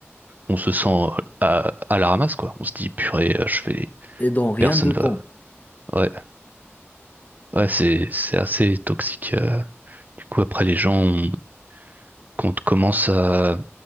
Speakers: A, on the right (about 40°); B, on the left (about 35°).
A: on se sent euh, à, à la ramasse, quoi. On se dit, purée, euh, je fais,
B: Et dans rien
A: personne
B: de temps.
A: va. Ouais, ouais, c'est, c'est assez toxique. euh, Du coup, après, les gens, ont- quand commencent à,